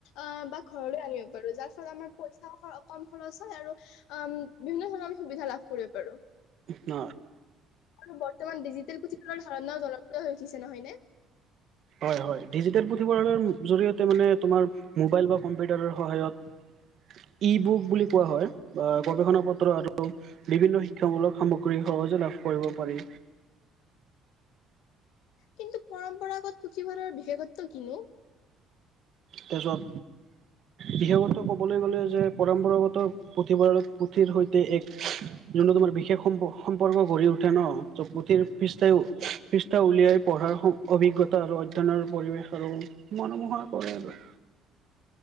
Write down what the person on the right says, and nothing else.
ন।
হয়, হয়, ডিজিটেল পুথিভঁৰালৰ জৰিয়তে মানে তোমাৰ, মোবাইল বা কম্পিউটাৰৰ সহায়ত ই, বুক বুলি কোৱা হয়, বা গৱেষণা পত্ৰ আৰু বিভিন্ন শিক্ষামূলক সামগ্ৰী সহজে লাভ কৰিব পাৰি।
তাৰপিছত, বিশেষত ক'বলৈ গ'লে যে পৰম্পৰাগত পুথিভঁলাৰৰ পুথিৰ সৈতে এক যোনটো তোমাৰ বিশেষ সম্প- সম্পৰ্ক গঢ়ি উঠে ন, পুথিৰ পৃষ্ঠাই- পৃষ্ঠা উলিয়াই পঢ়াৰ অভিজ্ঞতা আৰু অধ্যয়নৰ পৰিৱেশ আৰু মনোমোহনা কৰে আৰু।